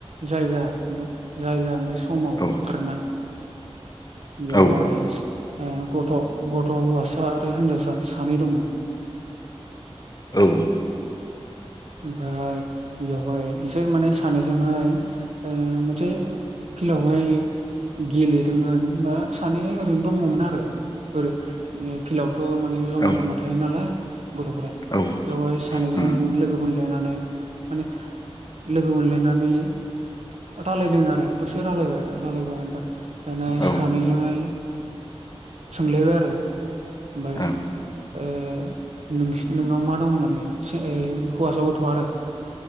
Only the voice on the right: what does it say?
जायगा जायगा ओमफाय खमाव
आगारोना बेयावहाय
ओ ग थ' गथ' हौवासा आरो हिनजावसा सानै दंमोन। <inaudible>
ओमफायहाय बेवहाय इसे माने सानैजोंहाय ओ मोनसे फिलावहाय गेलेदोंमोन बा सानै ओरैनो दंमोन आरो ओरो उम फिलाव ओ माने जमा
जमा थायो नालाय गथ'फोरा
बेवाय सानैजों
लोग मोनलायनानै माने लोगो मोनलायनानै रायलायदों आरो दसे रायलायबाय रायलायबाय ओमफाय दाना
सानैजोङै सोंलायबाय आरो ओमबाय
ओ नोंस नोंनाव मा दं होननानै सों ओ हौवासा गथ'वा आरो